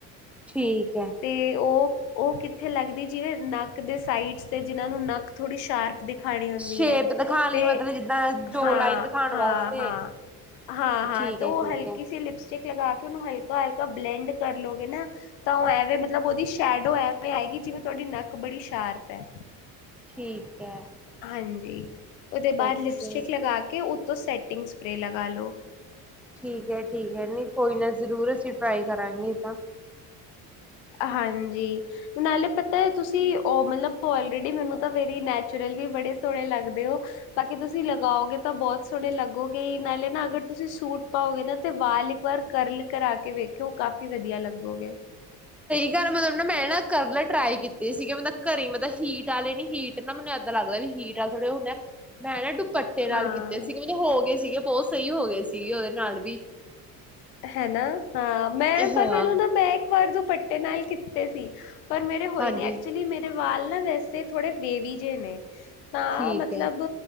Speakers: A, in the centre; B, on the left.
A: ਠੀਕ ਹੈ
B: ਤੇ ਉਹ ਉਹ ਕਿੱਥੇ ਲੱਗਦੀ ਜਿਵੇਂ ਨੱਕ ਦੇ ਸਾਈਡਸ ਤੇ ਜਿਹਨਾਂ ਨੂੰ ਨੱਕ ਥੋੜੀ ਸ਼ਾਰਪ ਦਿਖਾਣੀ ਹੁੰਦੀ
A: ਸ਼ੇਪ
B: ਹੈ
A: ਦਿਖਾਣ
B: ਤੇ
A: ਲਈ ਮਤਲਬ ਜਿੱਦਾਂ ਜੋ
B: ਹਾਂ
A: ਲਾਈਨ ਦਿਖਾਣ
B: ਹਾਂ
A: ਵਾਸਤੇ
B: ਹਾਂ ਹਾਂ ਹਾਂ
A: ਠੀਕ
B: ਤੇ
A: ਹੈ
B: ਉਹ
A: ਠੀਕ
B: ਹਲਕੀ
A: ਹੈ
B: ਸੀ ਲਿਪਸਟਿਕ ਲਗਾ ਕੇ ਉਹਨੂੰ ਹਲਕੀ ਕਾਲਕਾ ਬਲੈਂਡ ਕਰਲੋਗੇ ਨਾ ਤਾਂ ਉਹ ਐਵੇ ਮਤਲਬ ਉਹਦੀ ਸ਼ੈਡੋ ਹੈ ਐਵੇਂ ਆਏਗੀ ਜਿਵੇਂ ਤੁਹਾਡੀ ਨੱਕ ਬੜੀ ਸ਼ਾਰਪ ਹੈ
A: ਠੀਕ ਹੈ,
B: ਹਾਂਜੀ, ਉਹਦੇ ਬਾਅਦ
A: ਓਕੇ
B: ਲਿਪਸਟਿਕ ਲਗਾ ਕੇ ਉਤੋਂ ਸੈੱਟ ਟਿੰਗ ਸਪਰੇਅ ਲਗਾ ਲਓ।
A: ਠੀਕ ਹੈ ਠੀਕ ਹੈ ਨਹੀਂ ਕੋਈ ਨਾ ਜ਼ਰੂਰ ਅਸੀਂ ਟਰਾਈ ਕਰਾਂਗੇ ਤਾਂ
B: ਹਾਂਜੀ ਨਾਲੇ ਪ ਤਾਂ ਤੁਸੀਂ ਉਹ ਮਤਲਬ ਆਲਰੇਡੀ ਮੈਨੂੰ ਤਾਂ ਵੇਰੀ ਨੈਚੁਰਲ ਵੀ ਬੜੇ ਸੋਹਣੇ ਲੱਗਦੇ ਹੋ ਬਾਕੀ ਤੁਸੀਂ ਲਗਾਓਗੇ ਤਾਂ ਬਹੁਤ ਸੋਹਣੇ ਲੱਗੋਗੇ ਨਾਲੇ ਨਾ ਅਗਰ ਤੁਸੀਂ ਸੂਟ ਪਾਓਗੇ ਨਾ ਤੇ ਵਾਲ ਇੱਕ ਵਾਰ ਕਰਲ ਕਰਾ ਕੇ ਵੇਖੋ। ਕੀ ਕਾਫ਼ੀ ਵਧੀਆ ਲੱਗੋਗੇ।
A: ਘਰ ਮਤਲਬ ਨਾ ਮੈਂ ਨਾ ਕਰਲਾ ਟਰਾਈ ਕੀਤੀ ਸੀਗੇ ਮਤਲਬ ਘਰੇ ਮਤਲ ਹੀਟ ਵਾਲੇ ਨੀ ਹੀਟ ਨਾ ਮੈਨੂੰ ਇੱਦਾਂ ਲੱਗਦਾ ਵੀ ਹੀਟ ਵਾਲੇ ਥੋੜ੍ਹੇ ਉਹ ਹੁੰਦਾ ਮੈਂ ਨਾ ਡੁ ਪੱਟੇ ਨਾਲ
B: ਹਾਂ।
A: ਕੀਤੇ ਸੀਗੇ ਮਤਲਬ ਹੋਗੇ ਸੀ, ਸੀਗੇ ਬਹੁਤ ਸਹੀ ਹੋ ਗਏ ਸੀਗੇ ਉਹਦੇ ਨਾਲ ਵੀ
B: ਹੈਨਾ। ਹਾਂ ਮੈਂ ਪਰ
A: ਹਾਂ
B: ਮੈਨੂੰ ਨਾ ਮੈਂ ਇੱਕ ਵਾਰ ਪੱਟੇ ਨਾਲ ਕੀਤੇ ਸੀ। ਪਰ ਮੇਰੇ ਹੋਏ
A: ਹਾਂਜੀ
B: ਨ ਐਕਚੁਲੀ ਮੇਰੇ ਸਵਾਲ ਨਾ ਵੈਸੇ ਥੋੜੇ ਵੇਵੀ ਜਿਹੇ ਨੇ, ਤਾਂ
A: ਠੀਕ
B: ਮਤਲਬ,
A: ਹੈ